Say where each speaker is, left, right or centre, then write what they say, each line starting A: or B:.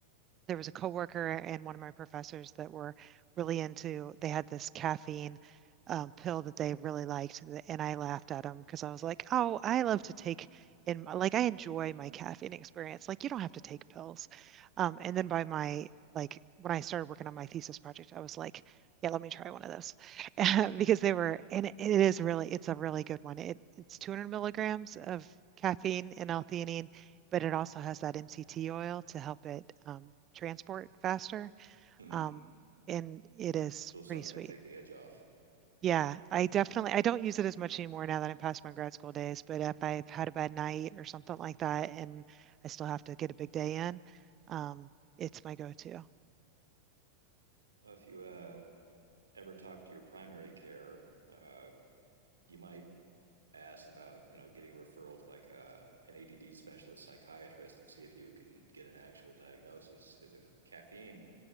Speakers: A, on the right; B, on the right.
A: there was a coworker and one of my professors that were really into they had this caffeine um, pill that they really liked and I laughed at them because I was like oh I love to take in like I enjoy my caffeine experience like you don't have to take pills um, and then by my like when I started working on my thesis project I was like yeah let me try one of those <laughs> because they were and it it is really it's a really good one it it's 200 milligrams of caffeine and L-theanine but it also has that MCT oil to help it um, transport faster.
B: mm-hmm.
A: Um, and it
B: A
A: is
B: Little something
A: pretty sweet.
B: to take the edge off.
A: Yeah, I definitely I don't use it as much anymore now that I'm past my grad school days, but if I've had a bad night or something like that and I still have to get a big day in, um, it's my go-to.
B: Well, if you uh, ever talk to your primary care, uh, you might ask about you know getting a referral to like a, an ADD specialist psychiatrist and see if you can get an actual diagnosis. Because if caffeine